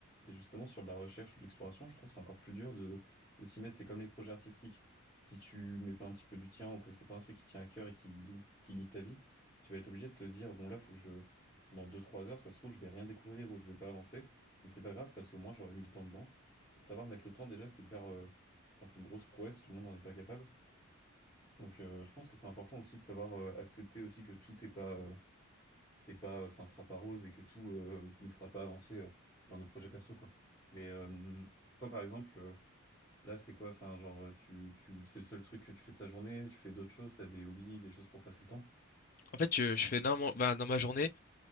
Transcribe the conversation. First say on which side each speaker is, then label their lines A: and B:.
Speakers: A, on the left; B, on the left.
A: Et justement, sur de la recherche ou de l'exploration, je trouve que c'est encore plus dur de, de s'y mettre. C'est comme les projets artistiques. Si tu mets pas un petit peu du tien ou que c'est pas un truc qui tient à cœur et qui, qui guide ta vie, tu vas être obligé de te dire, bon là, faut que je, pendant deux trois heures, ça se trouve, je vais rien découvrir ou je vais pas avancer. Mais c'est pas grave parce que moi, j'aurais mis le temps dedans. Et savoir mettre le temps, déjà, c'est hyper, euh, enfin, c'est une grosse prouesse, tout le monde n'en est pas capable. Donc, euh, je pense que c'est important aussi de savoir euh, accepter aussi que tout n'est pas, euh, et pas, euh, enfin, sera pas rose et que tout euh, nous fera pas avancer euh, dans nos projets perso, quoi. Mais euh, toi, par exemple, euh, là, c'est quoi? Enfin, genre, euh, tu, tu, c'est le seul truc que tu fais de ta journée, tu fais d'autres choses, t'as des hobbies, des choses pour passer le temps.
B: En fait, je, je fais dans, mon- bah, dans ma journée,